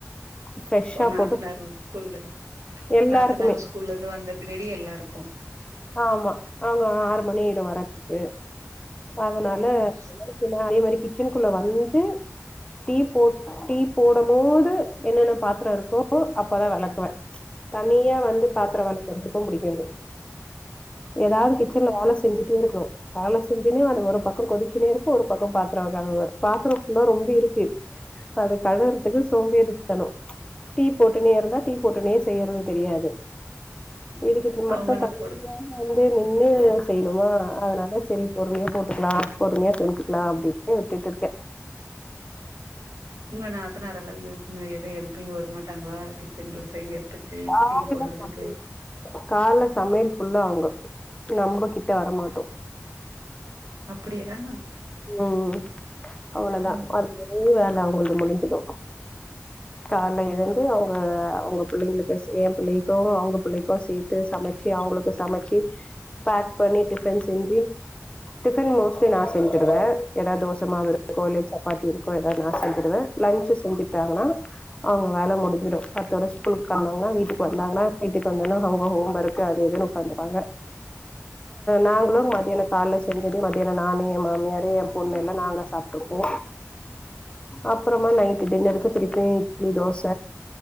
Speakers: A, on the left; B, on the right.
A: ஃப்ரெஷ்ஷா
B: ஒ நாத்தனாரு
A: போட்டு
B: ஸ்கூல்ல இருந்
A: எல்லாருக்குமே
B: நாத்தனார் ஸ்கூல்ல இருந்து வந்த பின்னாடி எல்லாருக்கு
A: ஆமா அவங்க ஆறு மணிரு
B: ம்
A: வரதுக்கு அதனால
B: ஓ
A: அதே மாரி கிச்சனுக்குள்ள வந்து டீ போட் டீ போடமோது என்னென்ன பாத்திர இருக்கோ அப்பதா வெளக்குவ தனியா வந்து பாத்தரோ வளக்கற்துக்கு புடிக்காது ஏதாவது கிச்சன்ல வேல செஞ்சுட்டே இருக்கனு வேலை செஞ்சுனே <unintelligible> வே ஒரு பக்கோ கொதிச்சுனே இருக்கு ஒரு பக்கோ பாத்ரோ <unintelligible> பாத்ரோ புல்லா ரொம்பி இருக்கு ப்ப அது கழுறதுக்கு சோம்பேரித்தனோ டீ போட்டுனே இருந்தா டீ போட்டுனே செய்யறது தெரியாது இதுக்கு மட்டு
B: அவங்கல்லா
A: தனியா
B: போடணு
A: வந்து நின்னு செய்ணுமா அதனால சரி பொறுமையா போட்டுகலா பொறுமையா செஞ்சுக்கலா அப்டின் வுட்டுட் ருக்கே
B: உங்க நாத்தனாரெல்லா எதவு ஹெல்பிங் வர்மாட்டாங்களா கிச்சன்ல செய்யற்த்துக்
A: காலைல
B: டீ போட்றதுக்கு
A: சமையல் கால்ல சமையல் ஃபுல்லா அவுங்க நம்போ கிட்ட வரமாட்டோ
B: அப்படியா
A: ம் அவ்ளதா
B: ம்
A: அது ஒர வேலை அவ்ங்கள்து முடிஞ்சிடு கால்ல எழுந்து அவங்க அவங்க புள்ளைங்களுக்கு எ புள்ளைக்கு அவங்க புள்ளைக்கு சேத்து சமை ச்சே அவங்களுக்கு சமைச்சி பேக் பண்ணி டிஃபன் செஞ்சு டிஃபன் மோஸ்ட்லி நா செ செஞ்சுடுவே ஏதாவ தோசமாவ இருக்கோ இ சப்பாத்தி இருக்கு ஏதாவது நா செஞ்சுடுவே லஞ்சு செஞ்சுட்டாங்ன்னா அவங்க வேல முடிஞ்சிடு அத்தோட ஸ்கூலுக்கு கெளம்புவாங்க வீட்டுக்கு வந்தாங்கனா வீட்டுக்கு வந்தாலு அவங்க ஹோம் ஒர்க்கு அது இதுன்னு பாத்துப்பாங்க நாங்களு மத்யானோ கால்ல செஞ்சத மத்தியானோ நானே என் மாமியரு என் பொண்ணு எல்ல நாங்க சாப்ட்டுருப்போ அப்புறமா நைட்டு டின்னருக்கு திருப்பியு இட்லி தோச